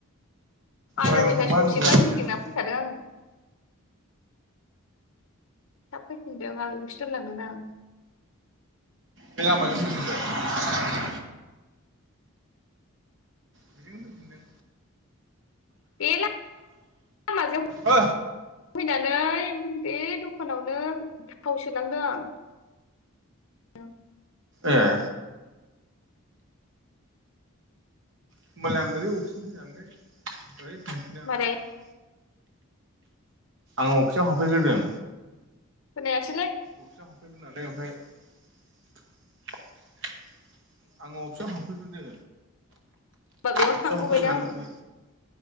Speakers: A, on the left (about 65°); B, on the right (about 55°).
A: बाजारनिफ्राइ
B: बाजाराव थांबा
A: ससेमानि
B: नुवाखिसै
A: गिदिंना
B: आङो
A: फैखादों आङो थाब फैफिनदों आाबैखौसो दोनलांदोंना‌ आं
B: बे लामाजों फैफिनबाय बेजोंनो होफिनदों
A: बे ला माजों
B: ओ
A: फैना बे बे दखानावनो थाव सोलांदों आं उम।
B: ए। होमबालाय आं ओरै अफिसजों फैनानै ओरै थांफिनो आं
A: मारै
B: बाजाराव। आं अफिसाव हाबफैग्रोदों।
A: खोनायास
B: अफिसाव हाब फैनानै ओमफाय आं अफिसाव हाबफैग्रोदों।
A: होमबा बेयाव
B: अफिसाव
A: थांथ'बाय
B: हाबफैनानै
A: दे आं।
B: ओमफ्राय